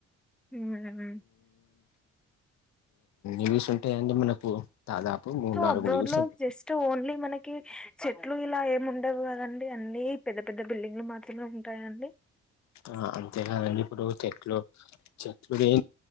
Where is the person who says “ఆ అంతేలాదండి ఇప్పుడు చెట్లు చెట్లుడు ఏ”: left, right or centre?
Left